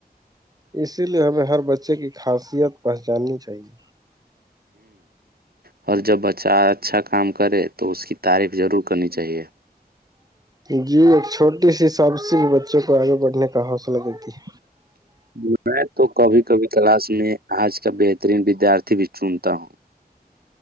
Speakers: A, on the right; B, on the right.
A: اسی لیے ہمیں ہر بچے کی خاصیت پہچاننی چاہیے
B: اور جب بچہ اچھا کام کرے تو اس کی تعریف ضرور کرنی چاہیے
A: جی ایک چھوٹی سیسابسی بچوں کو آگے بڑھنے کا حوصلہ دیتی ہے
B: <unintelligible> میں تو کبھی کبھی کلاس میں آج کا بہترین ودیارتھی بھی چنتا ہوں <inaudible>